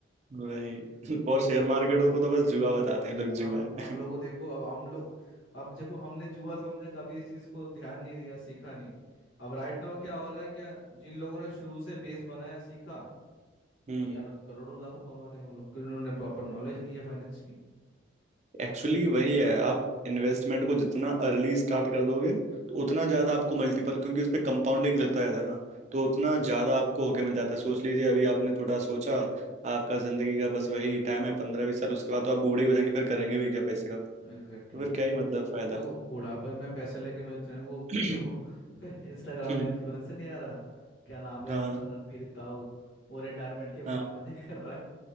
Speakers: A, on the right; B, on the left.
A: वही <laughs> और शेयर मार्केट को तो बस जुआ बताते हैं लोग
B: हाँ
A: जुआ है
B: अब लोगों देखो अब हम लोग अब देखो हमने जुआ समझा कभी इस चीज को ध्यान नहीं दिया सीखा नहीं अब राइट नाउ क्या हो रहा है क्या जिन लोगों ने शुरू से बेस बनाया सीखा
A: हम्म
B: और यार करोड़ों लाखों कमा रहे हैं वो लोग क्योंकि उन्होंने प्रॉपर नॉलेज ली है फाइनेंस की
A: एक्चुअली वही है आप इन्वेस्टमेंट को जितना अर्ली स्टार्ट कर दोगे तो उतना ज्यादा आपको मल्टीपल क्योंकि उस पे कंपाउंडिंग लगता जाता है ना तो उतना ज्यादा आपको होके मिल जाता है सोच लीजिए अभी आपने थोड़ा सोचा आपका जिंदगी का बस वही टाइम है पंद्रह बीस साल उसके बाद तो आप बूढ़े ही हो जाएंगे फिर करेंगे भी क्या पैसे का
B: एग्जैक्टली
A: तो फिर क्या ही मतलब फायदा
B: तो बुढ़ापे में पैसे लेके मुझे थे वो
A: <clears throat>
B: <laughs> वो इंस्टाग्राम
A: हम्म,
B: में इन्फ्लुएंसर नहीं आ रहा क्या नाम है
A: हाँ
B: रणवीर ताऊ वो रिटायरमेंट के
A: हाँ
B: बाद मजे कर रहा है